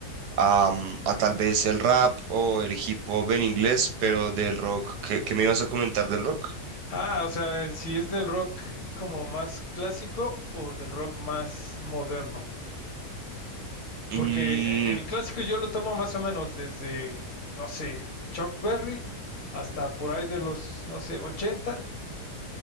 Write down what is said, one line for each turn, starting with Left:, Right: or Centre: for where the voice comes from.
Right: a, mm, a tal vez el rap o el hip hop en inglés, pero del rock, ¿qué, qué me ibas a comentar del rock?
Left: Ah, o sea, eh, si es del rock como más clásico o del rock más moderno. Porque
Right: Mm,
Left: eh, el clásico yo lo tomo más o menos desde, no sé, Chuck Berry hasta por ahí de los, no sé, 80.